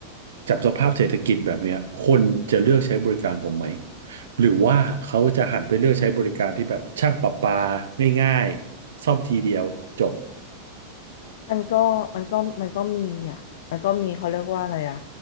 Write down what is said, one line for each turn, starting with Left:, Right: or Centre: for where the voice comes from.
Right: จับสภาพเศรษฐกิจแบบเนี้ยคนจะเลือกใช้บริการผมไหมหรือว่าเขาจะหันไปเลือกใช้บริการที่แบบช่างประปาง่ายๆซ่อมทีเดียวจบ
Left: มันก็มันก็มันก็มีอ่ะ มันก็มีเขาเรียกว่าอะไรอ่ะ